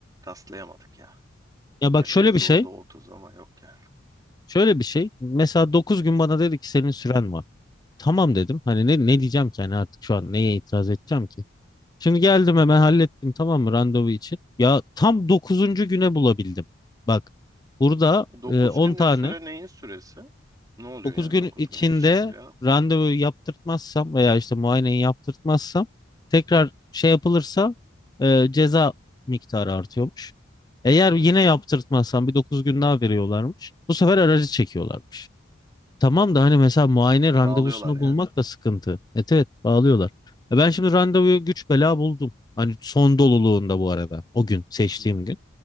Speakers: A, on the right; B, on the left.
A: rastlayamadık ya.
B: Ya bak
A: Yaşımız
B: şöyle bir
A: oldu
B: şey.
A: 30 ama yok ya.
B: Şöyle bir şey. Mesela dokuz gün bana dedi ki senin süren var. Tamam dedim. Hani ne, ne diyeceğim ki hani artık şu an neye itiraz edeceğim ki? Şimdi geldim hemen hallettim tamam mı randevu için. Ya tam dokuzuncu güne bulabildim. Bak burada
A: 9
B: e, 10
A: günlük
B: tane
A: süre neyin süresi? Ne oluyor
B: 9
A: yani
B: gün
A: 9
B: içinde
A: günü geçince ya?
B: randevu yaptırtmazsam veya işte muayeneyi yaptırtmazsam tekrar şey yapılırsa e, ceza miktarı artıyormuş. Eğer yine
A: Hı.
B: yaptırtmazsam bir 9 gün daha veriyorlarmış. Bu sefer aracı çekiyorlarmış. Tamam da hani mesela muayene randevusunu
A: Bağlıyorlar yani.
B: bulmak da sıkıntı. Evet evet bağlıyorlar. E ben şimdi randevuyu güç bela buldum. Hani son doluluğunda bu arada o gün seçtiğim
A: Hı hı.
B: gün.